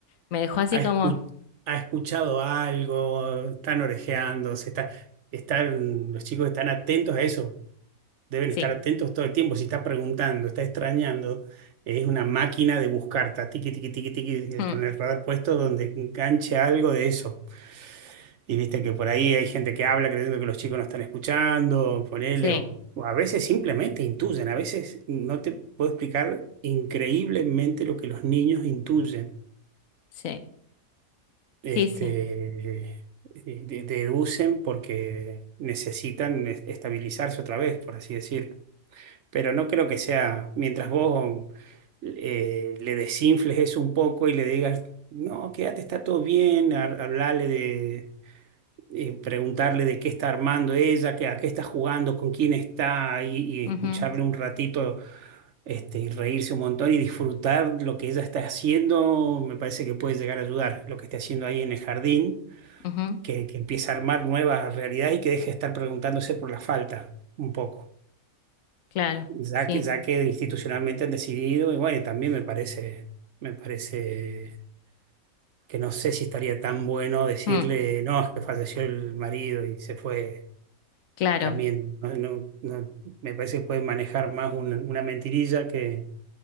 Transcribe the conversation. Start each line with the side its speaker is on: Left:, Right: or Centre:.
Left: Me dejó así
Right: ha,
Left: como,
Right: escu- ha escuchado algo, están orejeando, se está, están, los chicos están atentos a eso. Deben
Left: sí,
Right: estar atentos todo el tiempo. Si está preguntando, está extrañando, es una máquina de buscar, está tiqui, tiqui, tiqui, tiqui,
Left: mm,
Right: con el radar puesto donde enganche algo de eso. Y viste que por ahí hay gente que habla creyendo que los chicos no están escuchando, ponele,
Left: sí,
Right: o, o a veces simplemente intuyen, a veces no te puedo explicar increíblemente lo que los niños intuyen,
Left: sí,
Right: este,
Left: sí, sí,
Right: eh, de- deducen porque necesitan es- estabilizarse otra vez, por así decirlo. Pero no creo que sea, mientras vos eh, le desinfles eso un poco y le digas, no, quédate, está todo bien, ha- hablale de eh, preguntarle de qué está armando ella, qué- a qué está jugando, con quién está, y, y
Left: ujú,
Right: escucharle un ratito este, y reírse un montón y disfrutar lo que ella está haciendo, me parece que puede llegar a ayudar lo que esté haciendo ahí en el jardín,
Left: ujú,
Right: que, que empiece a armar nuevas realidades y que deje de estar preguntándose por la falta un poco,
Left: claro,
Right: ya
Left: sí,
Right: que, ya que institucionalmente han decidido, y bueno, y también me parece, me parece que no sé si estaría tan bueno decirle,
Left: mm,
Right: no, es que falleció el marido y se fue.
Left: claro,
Right: también no- no- no- me parece que pueden manejar más una, una mentirilla que,